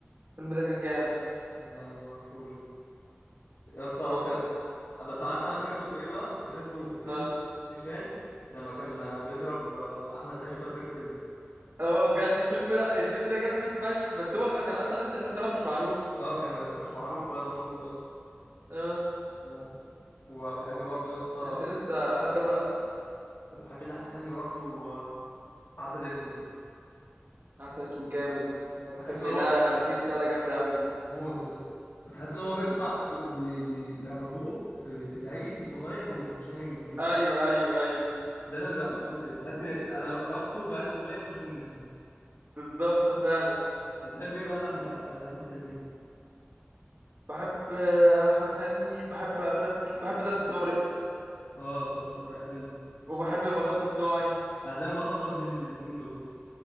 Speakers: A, on the right (about 50°); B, on the left (about 80°).
A: الفيلم ده كان جامد
B: لا معرفوش ده يا اسطى
A: كان
B: هو
A: جامد
B: كان
A: قوي
B: بس عارف أنا كرهته في إيه بقى؟ كرهته في فيلم
A: اه
B: زكي شان لما كان بيضرب أحمد حلمي في آخر الفيلم
A: اه بجد الفيلم ده الفيلم ده جامد فشخ بس هو كان اصلا لسه امير كرارة مش معروف
B: اه كان كان مش معروف ولا مشهور أصلا
A: اه
B: آه. وبحب برضه يا اسطى
A: كانش لسه حد كرارة اصلا
B: وبحب اللي أحمد حلمي برضه آه، عسل أسود
A: عسل اسود جامد
B: اه
A: الفيلم
B: تحس ان هو
A: ده فيه رسالة جامدة قوي
B: موت يا اسطى تحس ان هو
A: آه.
B: بيطلع بي بي بي- بيعرضوه في في العيد صغير وشم النسيم
A: ايوه ايوه ايوه
B: دايما بيعرضوه كده تحس إن انا ربطه بعيد صغير وشم النسيم
A: بالظبط فعلا
B: بتحب ايه بقى لاحمد ع- لاحمد حلمي
A: بحب آه، احمد حلمي بحب افلام كتير بحب ظرف طارق
B: اه ظرف طارق حلو
A: وبحب مطب صناعي
B: انا دايما بتلخبط بين الاتنين دول